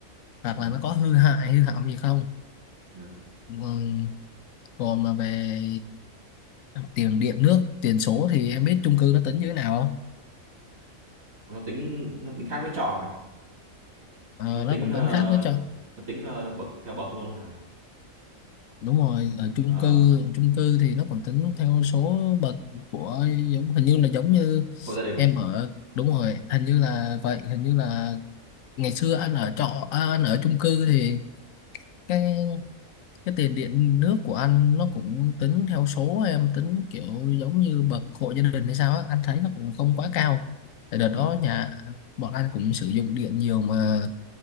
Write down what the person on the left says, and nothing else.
hoặc
là nó có hư hại hư hỏng gì không
Ừm, còn mà về tiền điện nước tiền số thì em biết chung cư nó tính như thế nào không
Ờ,
nó
cũng
tính khác với cho.
đúng rồi ở chung
cư chung cư thì nó còn tính theo số bậc của giống hình như là giống như
em ở đúng rồi hình như là vậy hình như là ngày xưa anh ở trọ à, anh ở chung cư thì cái cái tiền điện nước của anh nó cũng tính theo số em tính kiểu giống như bậc hộ gia đình hay sao á anh thấy nó cũng không quá cao tại đợt đó
nhà bọn anh cũng sử dụng điện nhiều mà